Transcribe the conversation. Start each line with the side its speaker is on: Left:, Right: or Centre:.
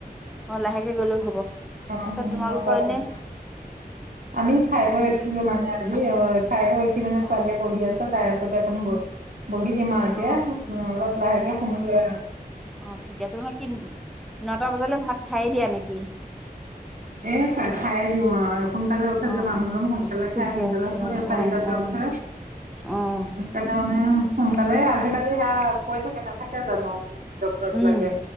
Centre: অঁ, লাহেকে গ'লও হব তাৰপিছত
Right: অ
Centre: তোমালোকৰ
Right: নটা বাজি
Centre: এনেই-
Right: আমি খাই বৈ উঠিলো মানে আজি অ' খাই বৈ উঠি মানে
Centre: অ',
Right: ছোৱালীয়ে পঢ়ি আছে। তাই ওচৰতে অকমান বহি দিম আও এতিয়া,
Centre: অ',
Right: ওম অলপ লাহেকে শুমগৈ আও
Centre: অঁ ঠিক আছে মানে কি, নটা বজালৈ ভাত খাইে দিয়া নেকি?
Right: এ খাই দিওঁ আৰু শুনকালে উঠে
Centre: অ',
Right: যে মানুহজন
Centre: অ',
Right: সোনকালে
Centre: ঠিকে
Right: খাই সোনকালে
Centre: আছে
Right: শুৱে
Centre: অ',
Right: সোনকালছ উঠে চাৰিটাতে
Centre: অ', অ',
Right: উঠে।
Centre: অ',
Right: এঁ সোনকালে এই আজি কালি সেয়া কৈ থাকে নাথাকে জানোঁ? ডক্টৰ
Centre: উম,
Right: বিলাকে,